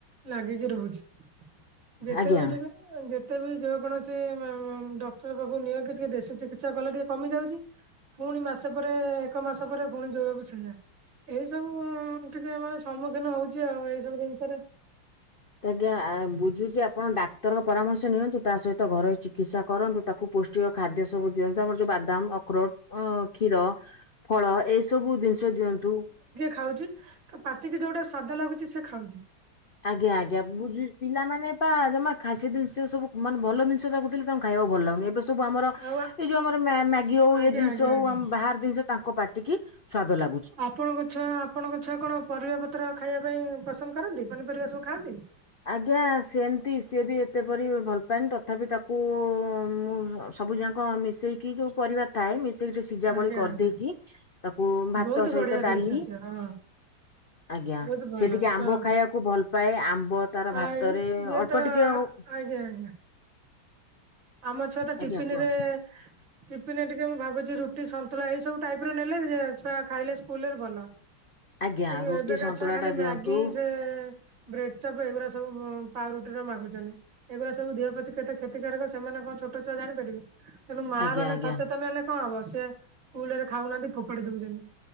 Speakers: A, on the right; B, on the left.
A: ନାଗିକି ରହୁଛି ଯେତେବେଳେ
B: ଆଜ୍ଞା
A: ଯିବେ ଉଁ ଯେତେବେଳେ ଯେ କୌଣସି ମ ମ ଡକ୍ଟର ପାଖକୁ ନିଅ କି ଟିକେ ଦେଶୀ ଚିକିତ୍ସା କଲେ ଟିକେ କମି ଯାଉଛି।
B: ହଁଁ <inaudible>
A: ଫୁଣି ମାସେ ପରେ ଏକ ମାସ ପରେ ଫୁଣି ଯୋଉଆକୁ ସେଇଆ। ଏଇ ସବୁ ଟିକେ ସମ୍ମୁଖୀନ ହଉଛି ଆଉ ଏଇ ସବୁ ଜିନିଷରେ।
B: ତ ଆଜ୍ଞା ବୁଝୁଚି ଆପଣ ଡାକ୍ତର ପରାମର୍ଶ ନିଅନ୍ତୁ ତା ସହିତ ଘରୋଇ ଚିକିତ୍ସା କରନ୍ତୁ ତାକୁ ପୋଷ ପିରିଅ ଖାଦ୍ୟ ସବୁ ଦିଅନ୍ତି ଆମର ଯୋଉ ବାଦାମ ଅକରୋଟ କ୍ଷୀର ଫଳ ଏଇ ସବୁ ଜିନିଷ ଦିଅନ୍ତୁ।
A: ଖାଉଚି ପାତିକି ଯୋଉଟା ସ୍ଵାଦ ଲାଗୁଛି ସେ ଖାଉଚି।
B: ଆଜ୍ଞା ଆଜ୍ଞା ବୁଝୁଚି ପିଲାମାନେ ପା ଜମା ଖାସି ଜିନିଷ ସବୁ ମାନେ ଭଲ ଜିନିଷ ତାଙ୍କୁ ଦେଲେ ତାଙ୍କୁ ଖାଇକୁ ଭଲ ଲାଗୁନି ଏବେ ସବୁ ଆମର
A: ଆଉ
B: ଏଇ ଯୋଉ ଆମର ମ୍ୟାଗି ହଉ
A: ଆଜ୍ଞା
B: ଇଏ ଦିନିଷ
A: ଆଜ୍ଞା
B: ହଉ
A: ଆଜ୍ଞା
B: ବାହାର ଜିନିଷ ତାଙ୍କ ପାଟିକି ସ୍ୱାଦ ଲାଗୁ
A: ଆପଣଙ୍କ ଛୁଆ ଆପଣଙ୍କ ଛୁଆ କଣ ପରିବା ପତ୍ର ଖାଇବା ପାଇଁ ପସନ୍ଦ କରନ୍ତି ପନିପରିବା ସବୁ ଖାଆନ୍ତି।
B: ଆଜ୍ଞା ସେମିତି ସିଏ ବି ଏତେ ପରି ଭଲ ପାଏନି ତଥାପି ତାକୁ ମୁଁ ସବୁ ଯା କଁ ମିଶେଇକି ଯୋଉ ପରିବା ଥାଏ ମିଶେଇକି ଟିକେ ସିଝାବଳି
A: ଆଜ୍ଞା
B: କରିଦେଇକି
A: ଆଜ୍ଞା।
B: ତାକୁ ଭାତ
A: ବହୁତ ବଢିଆ
B: ସହିତ
A: ଜିନିଷ
B: ଡାଲି
A: ସେ ହଁ
B: ଆଜ୍ଞା
A: ବହୁତ ଭଲ
B: ସେ ଟିକେ ଆମ୍ବ
A: ଛୁଆ
B: ଖାଇବାକୁ ଭଲ ପାଏ ଆମ୍ବ ତାର
A: ଆଉ
B: ଭାତରେ
A: ଏଇ ଇଏ
B: ଅଳ୍ପ
A: ତ
B: ଟିକେ ହଉ
A: ଆଜ୍ଞା ଆଜ୍ଞା ଆମ ଛୁଆ ତ
B: ଆଜ୍ଞା
A: ଟିପିନ୍
B: କୁହନ୍ତୁ
A: ରେ ଟିଫିନ୍ ରେ ଟିକେ ମୁଁ ଭାବୁଛି ରୁଟି ସନ୍ତୁଳା ଏଇ ସବୁ ଟାଇପରେ ନେଲେ ଏ ଛୁଆ ଖାଇଲେ ସ୍କୁଲରେ ଭଲ
B: ଆଜ୍ଞା
A: କିନ୍ତୁ
B: ରୁଟି
A: ଏବେକା
B: ସନ୍ତୁଳା
A: ଛୁଆ ଖାଲି
B: ଟା
A: ମ୍ୟାଗି
B: ଦିଅନ୍ତୁ
A: ସେ ବ୍ରେଡ ଚପ ଏଉରା ସବୁ ପାଉ ରୁଟିରା ମାଗୁଚନ୍ତି। ଏଗୁରା ସବୁ ଦେହ ପତି କେତେ କ୍ଷତିକାରକ ସେମାନେ କଣ ଛୋଟ ଛୁଆ ଜାଣିପାରିବେ। ତେଣୁ ମା
B: ଆଜ୍ଞା
A: ମାନେ
B: ଆଜ୍ଞା
A: ସଚେତନ ହେଲେ କଣ ହବ ସିଏ ସ୍କୁଲ ରେ ଖାଉନାହାନ୍ତି ଫୋପାଡି ଦଉଛନ୍ତି।